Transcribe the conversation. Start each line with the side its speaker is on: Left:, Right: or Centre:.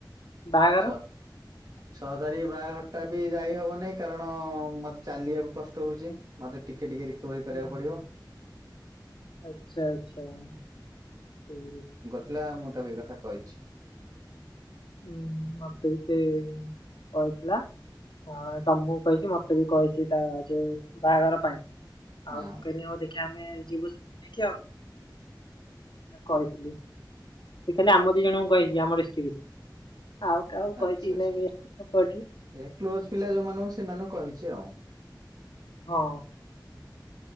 Left: ବାହାଘର
Right: <unintelligible> ଛଅ ତାରିଖୀ ବାହାଘର ଟା ବି ଯାଇ ହବନେଇଁ କାରଣ ମତେ ଚାଲିବାକୁ କଷ୍ଟ ହୋଉଚି। ମତେ ଟିକେ ଟିକେ ରିକୋଭରି
Left: ହୁଁ,
Right: କରିବାକୁ
Left: ହୁଁ।
Right: ପଡିବ।
Left: ଆଚ୍ଛା ଆଚ୍ଛା। <unintelligible>
Right: ଥିଲା ମୁଁ ତାକୁ ଏଇ କଥା କହିଛି।
Left: ହୁଁ ହୁଁ ମତେ ବି ସେ କହିଥିଲା। ଅଁ ତମୁକୁ କହିଚି ମତେ ବି କହିଚି ତା ଯୋଉ ବାହାଘର ପାଇଁ
Right: ହଁ।
Left: ଆଉ ମୁଁ କହିନି ହଉ ଦେଖି <unintelligible> ଆମେ ଯିବୁି <unintelligible> ଆଉ। କହିଥିଲି ସିଏ ଖାଲି ଆମ ଦି ଜଣଙ୍କୁ କହିଚି ଆମ ଡିଷ୍ଟିକ୍ ରୁ। ଆଉ କାହାକୁ
Right: ଆଚ୍ଛା
Left: କହିଚି କି
Right: ଆଚ୍ଛା
Left: ନାଇଁ <unintelligible> ତାଙ୍କ ଏଠି।
Right: ଏ କ୍ଲୋଜ ପିଲା ଯୋଉମାନଙ୍କୁ ସେମାନଙ୍କୁ କହିଛି ଆଉ।
Left: ହଁ।